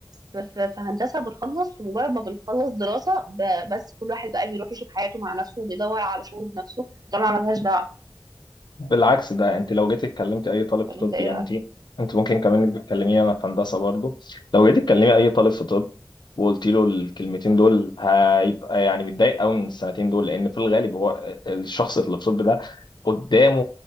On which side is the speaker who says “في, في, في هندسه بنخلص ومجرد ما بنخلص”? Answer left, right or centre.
Right